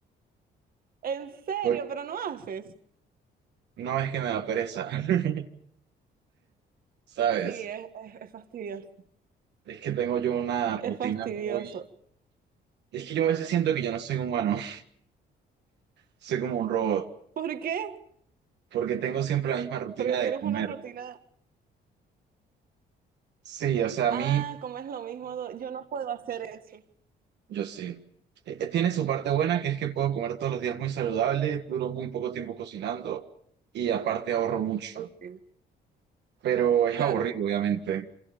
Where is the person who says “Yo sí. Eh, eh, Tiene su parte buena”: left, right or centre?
Right